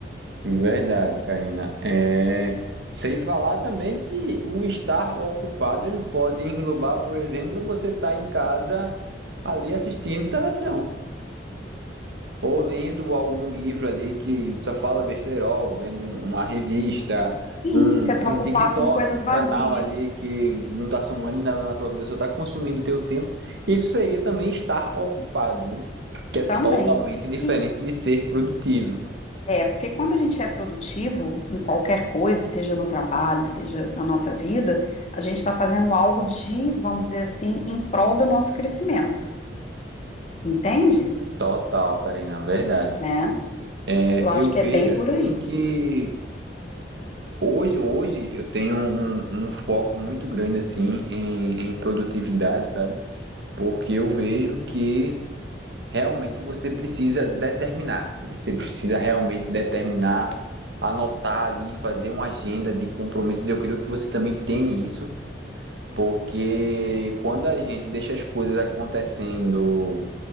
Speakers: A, on the right; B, on the left.
A: verdade, Karina. É... Sem falar também que o estar ocupado ele pode englobar, por exemplo, você estar em casa ali assistindo televisão. Ou lendo algum livro ali que só fala besteirol, vendo um- uma revista,
B: Sim,
A: um,
B: você está
A: um
B: ocupado
A: TikTok,
B: com coisas
A: um
B: vazias
A: canal ali que não tá somando em nada na tua vida, só tá consumindo teu tempo. Isso seria também estar ocupado, né? Que é totalmente
B: também.
A: diferente
B: E,
A: de ser produtivo.
B: É, porque quando a gente é produtivo em qualquer coisa, seja no trabalho, seja na nossa vida, a gente está fazendo algo de, vamos dizer assim, em prol do nosso crescimento, entende?
A: Total, Karina, verdade.
B: Né?
A: É,
B: Eu acho
A: eu
B: que
A: vejo
B: é bem por
A: assim
B: aí.
A: que hoje, hoje eu tenho um, um foco muito grande assim em, em produtividade, sabe? Porque eu vejo que realmente você precisa determinar. Você precisa realmente determinar, anotar ali, fazer uma agenda de compromissos. Eu creio que você também tem isso, porque quando a gente deixa as coisas acontecendo